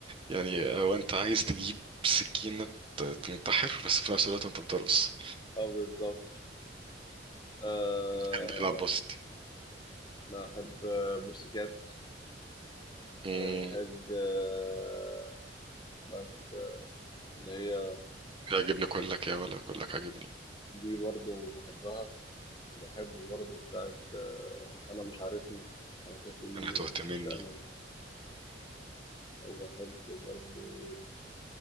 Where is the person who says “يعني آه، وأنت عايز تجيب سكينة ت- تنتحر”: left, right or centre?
Right